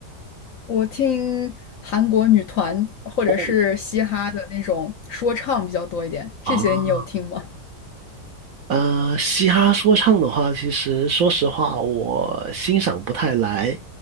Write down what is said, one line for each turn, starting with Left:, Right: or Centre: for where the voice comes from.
Left: 我听韩国女团或者是嘻哈的那种说唱比较多一点，
Right: 哦，
Left: 这些你有听吗？
Right: 啊。呃，嘻哈说唱的话，其实说实话，我欣赏不太来，